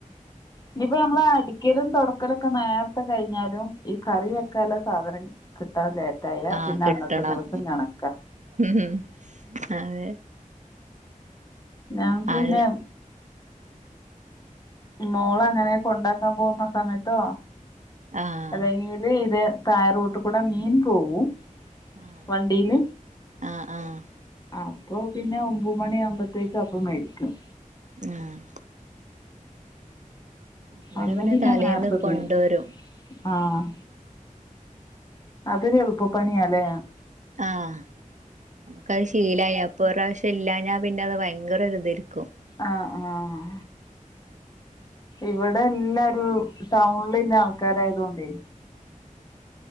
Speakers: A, on the left; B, on the right.
A: ഇനിയിപ്പ നമ്മള അടിക്കലും തൊടക്കലൊക്കെ നേരത്തെ കഴിഞ്ഞാലും ഈ കറി
B: ആഹ്
A: വെക്കാന സാധനം കിട്ടാൻ ലേറ്റായ
B: ആഹ്
A: പിന്നെ
B: കിട്ടണം
A: അന്നത്തെ ദെവസം കണക്ക <inaudible>
B: ഉം അതെ
A: ഞാൻ പിന്നെ
B: ആഹ്
A: മോള അങ്ങനെ കൊണ്ടാക്കാൻ പോവുന്ന സമയത്തോ
B: ആഹ്
A: അല്ലെങ്കില് ഇത് തായെ റോട്ട് കൂടെ മീൻ പോവും
B: ആഹ്
A: വണ്ടിയില്
B: ആഹ് ആഹ്
A: ആ അപ്പൊ പിന്നെ ഒമ്പ മണിയ ആകുമ്പോത്തേക്ക അപ്പ മേടിക്കും
B: ആഹ് ഇവിടെ
A: അന്ന്
B: പിന്നെ
A: പിന്നാ
B: തലേന്ന്
A: നേരത്തെ തീത്
B: കൊണ്ടുവരും
A: ആഹ് ഇരി എളുപ്പപ്പണിയല്ലേ
B: ആഹ് നമുക്കത് ശീലായി അപ്പൊ ഒരാവശ്യം ഇല്ലഞ്ഞാ പിന്നെ അത് ഭയങ്കര ഒരിതായിരിക്കും
A: ആഹ് ആഹ് ഇവടെ എല്ലാരും ടൗൺലില്ല ആൾക്കാരായത് കൊണ്ടേ